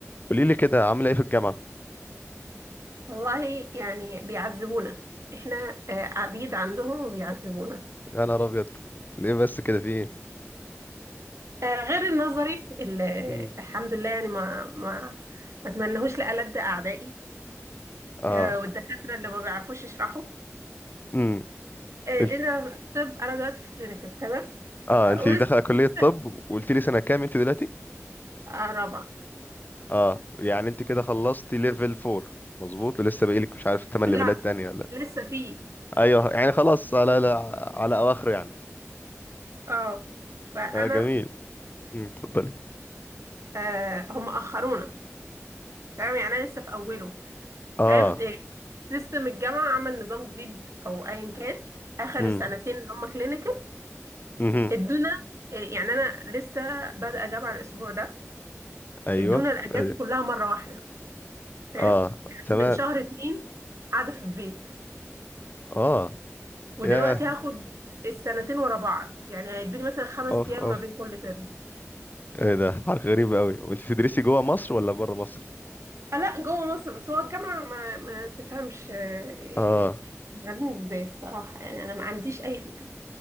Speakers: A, on the left (about 35°); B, on the right (about 70°).
A: قولي لي كده عامله ايه في الجامعه
B: والله يعني بيعذبونا احنا آه، عبيد عندهم وبيعذبونا
A: يا نهار ابيض ليه بس كده في ايه
B: آه، غير النظري اللي
A: مم.
B: الحمد لله يعني ما ما ما اتمنهوش لألد أعدائي
A: اه
B: آه، والدكاترة اللي ما بيعرفوش يشرحوا
A: امم
B: آه،
A: انت-
B: انا طب انا دلوقتي في كلينيكال تمام
A: اه
B: آه،
A: انت
B: ولسه
A: داخله كليه
B: لسه
A: طب وقلت لي سنه كام انت دلوقتي
B: آه، رابعة
A: اه يعني انت كده خلصتي ليفل 4 مظبوط لسه باقي لك مش عارف 8
B: لا
A: ليفلات تانية ولا
B: لسه في
A: ايوه يعني خلاص على على, على اواخره يعني
B: اه فانا
A: اه جميل مم، اتفضلي
B: آه، هم اخرونا تمام يعني انا لسه في اوله
A: اه
B: تمام إيه، سيستم الجامعة عمل نظام جديد أو أيا كان آخر
A: امم
B: السنتين اللي هم كلينيكال
A: امم
B: ادونا آه، يعني أنا لسه بادئة جامعة الأسبوع ده
A: ايوه
B: ادونا الأجازة
A: ايوه
B: كلها مرة واحدة تمام
A: اه
B: يعني
A: تمام
B: أنا من شهر اتنين قاعدة في البيت
A: اه
B: ودلوقتي
A: يا
B: هاخد السنتين ورا بعض يعني هيدوني مثلا خمس
A: اوف
B: أيام
A: اوف
B: ما بين كل ترم
A: ايه ده حركه غريبه قوي وانت بتدرسي جوه مصر ولا بره مصر
B: آه، لا جوه مصر بس هو الجامعة ما ما تفهمش آه، إيه،
A: اه
B: عاملين ازاي الصراحة يعني أنا ما عنديش أي فكرة